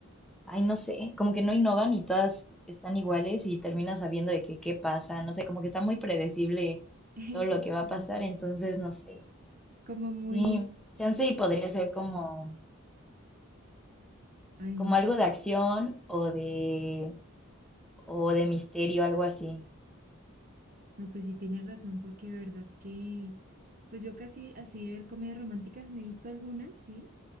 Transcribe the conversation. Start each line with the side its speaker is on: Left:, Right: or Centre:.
Centre: Ay, no sé, como que no innovan y todas están iguales y terminas sabiendo de que qué pasa, no sé, como que está muy predecible
Right: <laughs>
Centre: todo lo
Right: eso,
Centre: que va a pasar, entonces no sé.
Right: como muy,
Centre: Sí, chance y podría ser como,
Right: ay, no
Centre: como
Right: sé,
Centre: algo de acción o de, o de misterio, algo así.
Right: no, pues sí tienes razón, porque de verdad que Pues yo casi así de ver comedias románticas me he visto algunas, sí,